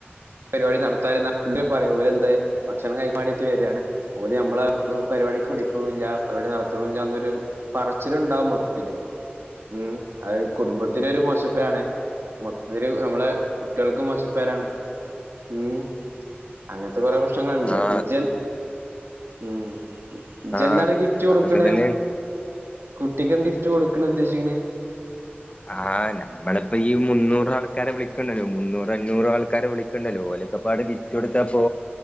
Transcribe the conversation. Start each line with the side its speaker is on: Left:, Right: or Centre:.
Right: പരിപാടി നടത്താനും പറയപോലെ എന്താ ഭക്ഷണം കഴിക്കാ വണ്ടിട്ട് വരാണ് ഓല് നമ്മള് പരിപാടിക്ക് വിളിക്കുന്നില്ല പരിപാടി നടത്തണില്ല എന്നരു പറ പർച്ചില്ഉണ്ടാവും മൊത്തത്തില് മ് അഹ് കുടുംബ മൊത്തത്തിലൊരു ഒരു മോശപ്പേരാണ് മൊത്തത്തില് നമ്മളെ കുട്ട്യാൾക്ക് മോശപ്പേരാണ് ഉം അങ്ങനത്തെ കൊറെ പ്രശ്നങ്ങൾുണ്ട്
Left: ആ
Right: ജ ഉം ഇജ്ജന്താണ്
Left: ആ
Right: ഗിഫ്റ്റ് കൊടുക്കണ
Left: അതൊക്കെ തന്നെയാണ്
Right: കുട്ടിക്ക് എന്ത ഗിഫ്റ്റ് കൊടുക്കണ ഉദ്ദേശിക്കണെ
Left: ആഹ് നമ്മളിപ്പോ ഈ മുന്നൂറ ആൾക്കാരെ വിളിക്കണ്ടല്ലോ മുന്നൂറഞ്ഞൂറ് ആൾക്കാരെ വിളി ണ്ടലോ ഓലൊക്കെപ്പാട് കിട്ട കൊടുത്തപ്പോ